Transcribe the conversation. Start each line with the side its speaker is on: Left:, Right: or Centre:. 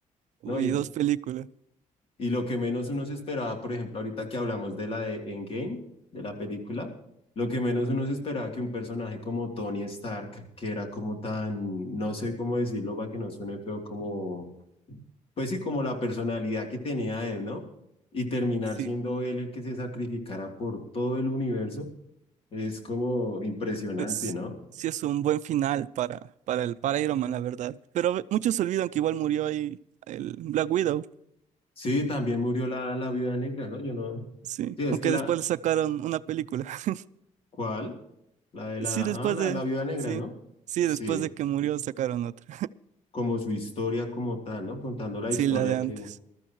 Right: Uy,
Left: no, y
Right: dos películas.
Left: Y lo que menos uno se esperaba, por ejemplo, ahorita que hablamos de la de Endgame, de la película, lo que menos uno se esperaba que un personaje como Tony Stark, que era como tan, no sé cómo decirlo para que no suene feo, como, pues sí, como la personalidad que tenía él, ¿no? Y terminar
Right: Sí,
Left: siendo él el que se sacrificara por todo el universo, es como impresionante,
Right: Pues
Left: ¿no?
Right: sí es un buen final para, para el para Iron Man, la verdad. Pero ve- muchos se olvidan que igual murió ahí el Black Widow,
Left: Sí, también murió la, la viuda negra, ¿no? Yo no.
Right: sí.
Left: Sí, es
Right: Aunque
Left: que la,
Right: después le sacaron una película. <laughs>
Left: ¿cuál? La de la,
Right: Sí, después
Left: ah, la
Right: de,
Left: de la viuda negra,
Right: sí,
Left: ¿no?
Right: sí,
Left: Sí.
Right: después de que murió sacaron otra.
Left: como su historia como tal, ¿no? Contando la
Right: Sí,
Left: historia
Right: la de antes.
Left: que,